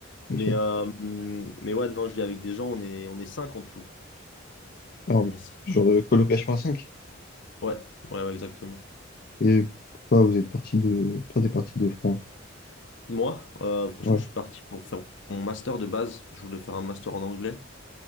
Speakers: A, on the left; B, on the left.
A: Mais,
B: c'est sûr.
A: euh, mais ouais, non, je vis avec des gens, on est, on est cinq en tout.
B: Alors,
A: On est cinq.
B: genre, euh, colocation à cinq
A: Ouais, ouais, ouais, exactement.
B: Et pourquoi vous êtes parti de, pourquoi t'es parti de France?
A: Moi, euh, franchement,
B: Ouais,
A: je suis parti pour faire mon master de base. Je voulais faire un master en anglais.